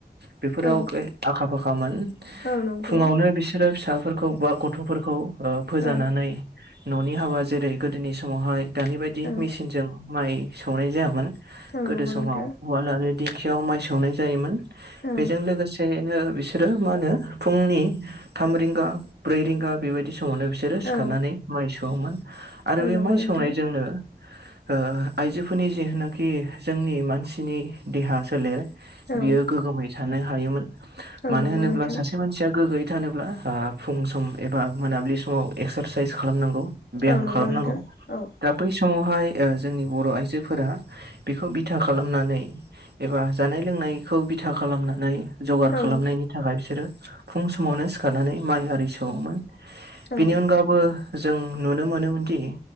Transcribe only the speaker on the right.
बेफोराव
आखा फाखामोन
फुङावनो बिस बिसोरो फिसाफोरखौ बा गथ'फोरखौ ओ फोजानानै
न'नि हाबा जेरै गोदोनि समावहाय दानि बायदि
मेसिनजों माइ सौनाय जायामोन।
गोदो
समाव
उवाल आरो दिंखियाव माइ सौनाय जायोमोन।
बेजों लोगोसेयैनो बिस रो मा होनो फुंनि थाम रिंगा ब्रै रिंगा बेबायदि स मावनो बिसोरो सिखारनानै
माइ सौवोमोन आरो
बे
माइ
सौनायजोंनो ओ आइजोफोरनि जिहोनोखि जोंनि मानसिनि देहा सोलेर
बियो गोग्गोमै थानो हायोमोन
मानो
होनोब्ला
सासे मानसिया गोग्गयै थानोब्ला आ फुं सम एबा मोनाबिलि समाव एक्सारसाइस खालामनांगौ ब्याम
खालामनांगौ
दा बै समावहाय ओ जोंनि बर' आइजोफोरा बेखौ बिथा खालामनानै एबा जानाय लोंनायखौ बिथा खालामनानै जगार
खालामनायनि थाखाय बिस रो फुं समावनो सिखारनानै माइ आरि सौओमोन बेनि
अनगा बो जों नुनो मोनोमोनदि